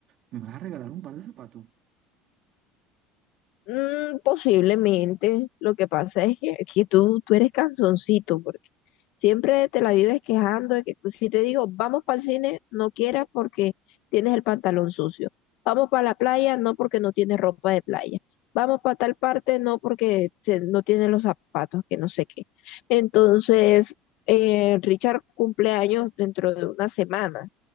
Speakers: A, on the right (about 40°); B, on the left (about 60°).
A: ¿Me vas a regalar un par de zapatos? <laughs>
B: Mm, posiblemente. Lo que pasa es que, que tú, tú eres cansoncito porque siempre te la vives quejando de que pues, si te digo, vamos para el cine, no quieras porque tienes el pantalón sucio. Vamos para la playa, no porque no tienes ropa de playa. Vamos para tal parte, no porque se- no tienes los zapatos, que no sé qué. Entonces, eh, Richard cumple años dentro de una semana